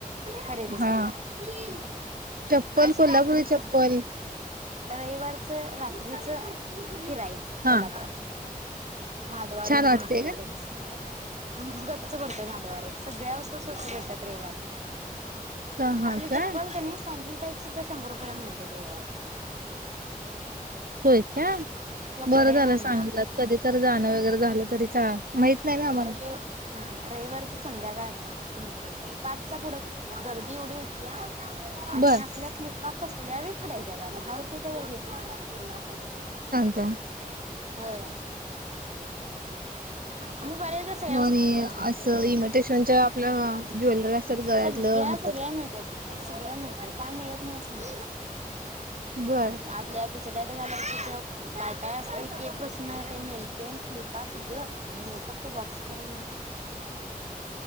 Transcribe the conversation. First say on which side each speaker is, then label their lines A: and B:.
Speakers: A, on the right; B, on the right.
A: खरेदीसाठी
B: हा चप्पल
A: अशी
B: कोल्हापुरी
A: रात्रीच
B: चप्पल
A: रविवारच लीच फिरायचं
B: हा
A: कोल्हापुरात. <inaudible> माधवा
B: छान
A: रोड
B: वाटते
A: भरतोय
B: का
A: नुसता गच्च भडतोय माधवा रोड सगळ्या वस्तू स्वस्त भेटतात रविवारच्या.
B: का हा
A: आपली
B: काय
A: चप्पल का नाही सा सुद्धा शंभर रुपयाला मिळते रविवाच.
B: होय का.
A: कपडे
B: बरं झालं
A: म्हणा
B: सांगितलं कधी तर जाणं वगैरे झालं तरी चा माहित नाही ना आम्हाला
A: र हां रविवारच संध्याकाळच्या <unintelligible> पाचच्या पुढं गर्दी एवढी होती या आणि
B: बर
A: आपल्या क्लिपा कस ल्या खडाच्या दहा रुपयेच्या वर येत नाही
B: <unintelligible>
A: होय मी बऱ्याचस व्यवस्थच
B: हो आणि
A: घेतल्या
B: असं
A: त्या
B: इमिटेशनच्या आपल्या ज्वेलरी असतात गळ्यातलं
A: सगळ्या
B: हातात
A: सगळ्या मिळत्यात तिथं सगळ्या मिळत काय मिळत ह्ं
B: बर
A: आपल्या <unintelligible> <unintelligible> काय काय अस तेपच ते नेलपेंट क्लिपा सगळ आपल्या मेकअपच्या बॉक्स पर्यंत मिळत.